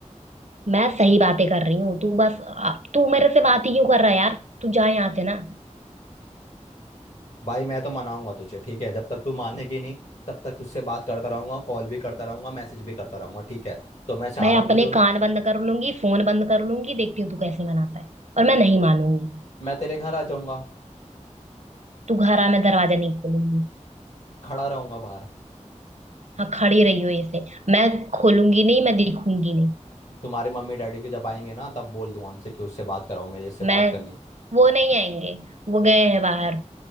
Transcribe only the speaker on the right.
मैं सही बातें कर रही हूँ तू बस आ, तू मेरे से बात ही क्यों कर रहा है यार तू जा यहाँ से ना
मैं
अपने
कान बंद कर लूंगी फोन बंद कर लूंगी देखती हूँ तू कैसे मनाता है और मैं नहीं मानूंगी
तू घर आ मैं दरवाजा नहीं खोलूंगी
हाँ खड़ी रही हो ऐसे मैं खोलूंगी नहीं मैं दिखूंगी नहीं
मैं
वो नहीं आएंगे वो गए हैं बाहर